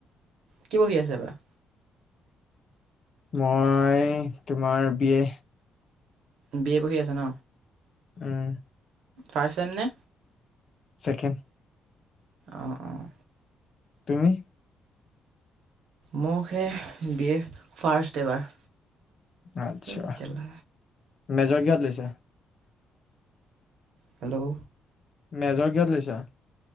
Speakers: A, on the right; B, on the left.
A: কি পঢ়ি আছে এইবাৰ?
B: মই তোমাৰ বি এ।
A: বি এ পঢ়ি আছা ন।
B: উম'।
A: ফাৰ্ষ্ট চেম নে?
B: চেকেণ্ড।
A: অঁ, অঁ।
B: তুমি?
A: মোক সে বি এ ফাৰ্ষ্ট এবাৰ।
B: আত্ছা
A: এই কেলা
B: মেজৰ কিহত লৈছে?
A: হেল্ল'?
B: মেজৰ কিহযত লৈছা?